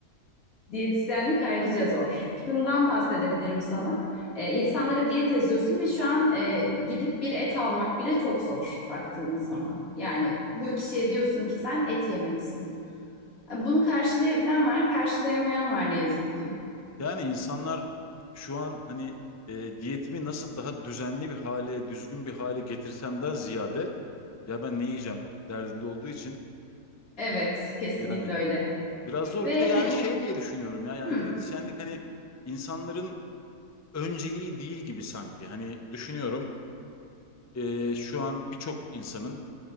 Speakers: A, on the left; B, on the left.
A: Diyetisyenlik ayrıca zor. Şundan bahsedebilirim sana. Ee, insanlara diyet yazıyorsun ve şu an e, gidip bir et almak bile çok zor baktığımız zaman. Yani bu kişiye diyorsun ki sen et yemelisin. E, Bunu karşılayabilen var, karşılayamayan var ne yazık ki.
B: Yani insanlar şu an hani e, diyetimi nasıl daha düzenli bir hale, düzgün bir hale getirsemden ziyade ya ben ne yiyeceğim derdinde olduğu için
A: Evet, kesinlikle
B: yani
A: öyle.
B: Biraz zor.
A: Ve
B: Bir de yani
A: hani
B: şey diye düşünüyorum ya yani
A: hı,
B: diyetisyenlik hani insanların önceliği değil gibi sanki. Hani düşünüyorum e, şu an birçok insanın